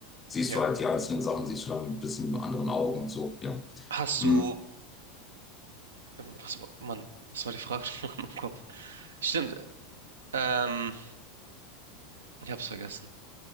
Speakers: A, on the left; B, on the right.
A: siehst
B: ja.
A: du halt die einzelnen Sachen, siehst du dann ein bisschen mit anderen Augen und so. Ja.
B: Hast
A: Hm.
B: du Was war, Mann, was war die Frage <laughs> nochmal in meinem Kopf? Stimmt, ähm, ich hab's vergessen.